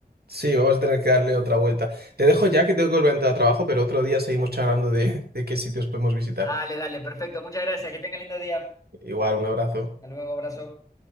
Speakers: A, on the right (about 75°); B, on the left (about 20°).
A: sí, vamos a tener que darle otra vuelta. Te dejo ya que tengo que volver a entrar a trabajo, pero otro día seguimos charlando de, de qué sitios podemos visitar.
B: Dale, dale, perfecto. Muchas gracias, que tenga lindo día.
A: Igual, un abrazo.
B: Hasta luego, abrazo.